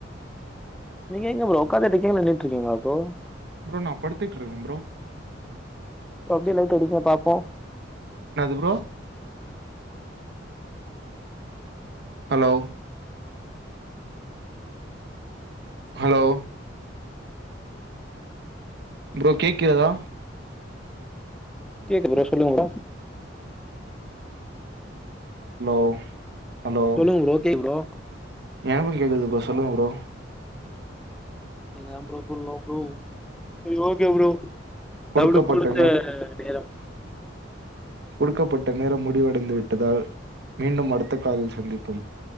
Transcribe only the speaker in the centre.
நீங்க எங்க ப்ரோ உக்காந்துட்டு இருக்கீங்களா நின்னுட்டு இருக்கீங்களா ப்ரோ
அப்டியே லைட் அடிங்க பாப்போ
கேக்குது ப்ரோ சொல்லுங்க ப்ரோ
சொல்லுங் ப்ரோ கேக்குது ப்ரோ
என்னா ‌ப்ரோ சொல்லுங் ப்ரோ ம் ஓகே ப்ரோ
நம்ளுக் குடுத்த நேரம் <inaudible>